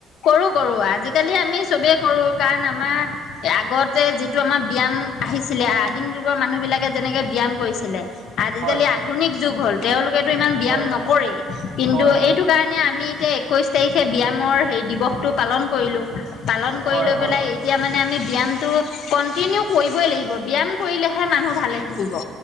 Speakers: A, on the left (about 60°); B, on the right (about 60°).
A: কৰোঁ, কৰোঁ, আজিকালি আমি চবেই কৰো কাৰণ আমাৰ আগতে যিটো আমাৰ ব্যায়াম আহিছিলে, আদিম যুগৰ মানুহবিলাকে যেনেকে ব্যায়াম কৰিছিলে আজিকালি
B: হয়
A: আধুনিক যুগ হ'ল তেওঁলোকেতো ইমান ব্যায়াম
B: হয়
A: নকৰেই কিন্তু
B: হয় হয়
A: এইটো কাৰ মানে আমি এতিয়া একৈশ তাৰিখে ব্যামৰ হেৰি দিৱসটো পালন কৰিলো, পালন কৰি
B: হয়
A: লৈ
B: হয়
A: পেলাই এতিয়া মানে আমি ব্যায়ামটো কন্টিনিউ কৰিবই লাগিব, ব্যয়ায়াম কৰিলেহে মানুহ ভালে থাকিব।